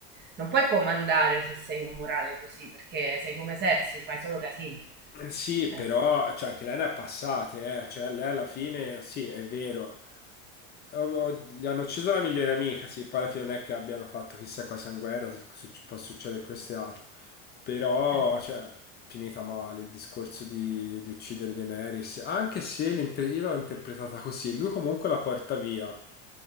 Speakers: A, on the right; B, on the left.
A: non puoi comandare se sei umorale così, perché sei come Sersi, fai solo casini.
B: Eh, Sì,
A: Eh,
B: però cioè, anche lei ne ha passate, eh. Cioè, lei alla fine, sì, è vero. O- o- Gli hanno ucciso la migliore amica, sì, poi alla fine non è che abbiano fatto chissà cosa in guerra, se fu- suc- può succedere questo e altro. Però,
A: eh.
B: cioè, finita male il discorso di, di uccidere Daenerys, anche se l'inter- io l'ho interpretata così, lui comunque la porta via,